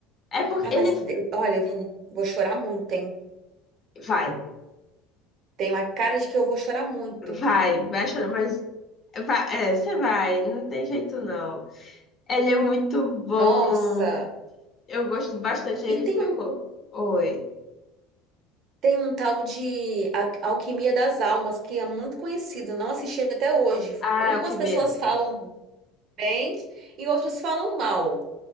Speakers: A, on the left; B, on the right.
A: É porque
B: Ah, mas
A: ele
B: eu- olha, eu vou vou chorar muito, hein?
A: vai.
B: Tem uma cara de que eu vou chorar muito.
A: Vai, vai chorar, mas Va- É, você vai, não tem jeito não. Ele é muito bom.
B: Nossa!
A: Eu gosto bastante. Ele
B: E tem
A: ficou.
B: um,
A: Oi.
B: tem um tal de A- Alquimia das Almas, que é muito conhecido, não assisti até hoje.
A: Ah,
B: Umas
A: Alquimia.
B: pessoas falam bem e outras falam mal.